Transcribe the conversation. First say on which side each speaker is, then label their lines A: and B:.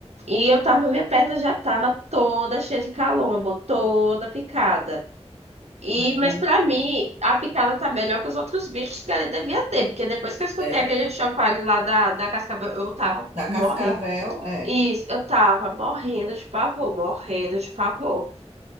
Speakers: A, on the right; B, on the right.
A: E eu tava, minha perna já tava toda cheia de calombo, toda picada. E,
B: Eita.
A: mas para mim, a picada tá melhor que os outros bichos que ele devia ter, porque depois que eu escutei
B: É,
A: aquele chacoalho lá da, da cascavel, eu tava
B: da
A: morrendo.
B: Cascavel, é.
A: Isso, eu tava morrendo de pavor, morrendo de pavor.